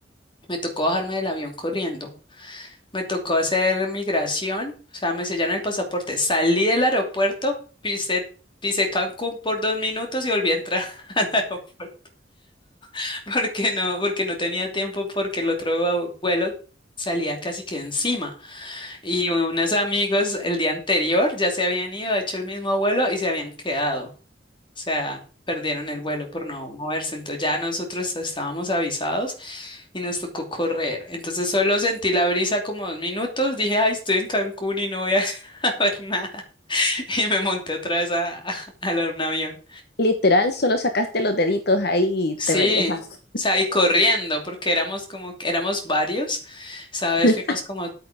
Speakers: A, on the left (about 30°); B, on the left (about 60°).
A: me tocó bajarme del avión corriendo. Me tocó hacer migración, o sea, me sellaron el pasaporte. Salí del aeropuerto, pisé, pisé Cancún por dos minutos y volví a entrar <laughs> al aeropuerto. <laughs> Porque no, porque no tenía tiempo, porque el otro au- vuelo salía casi que encima. Y unos amigos el día anterior ya se habían ido, hecho el mismo vuelo y se habían quedado. O sea, perdieron el vuelo por no moverse. Entonces ya nosotros estábamos avisados y nos tocó correr. Entonces solo sentí la brisa como dos minutos. Dije, ay, estoy en Cancún y no voy a <laughs> saber nada. Y me monté otra vez a, a, a la- un avión.
B: Literal, solo sacaste los deditos ahí y
A: Sí,
B: te regresaste.
A: o sea, y corriendo, porque éramos como, que- éramos varios, ¿sabes?
B: <laughs>
A: Fuimos como